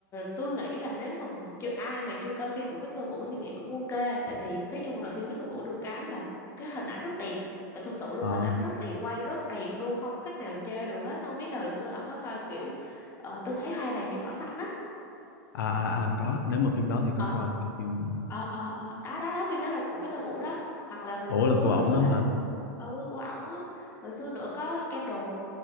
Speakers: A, on the left; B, on the left.
A: tôi nghĩ là nếu mà chưa, ai mà chưa coi phim của Victor Vũ thì nghĩ cũng ok tại vì nói chung là phim Victor Vũ được cái là cái hình ảnh rất đẹp phải thực sự luôn
B: Ờ
A: hình ảnh rất đẹp quay rất đẹp luôn không có cách nào chê được hết không biết là hồi xưa ông có coi kiểu ờ, tôi thấy hoa vàng trên cỏ xanh á
B: à à à có, nếu mà phim đó thì có
A: Ờ,
B: coi cái phim
A: ờ ờ ờ đó đó đó phim đó là của Victor Vũ đó hoặc là hồi
B: Ủa
A: xưa
B: là của ổng
A: nữa
B: đó
A: là
B: hả?
A: ừ của ổng á hồi xưa nữa có Scandal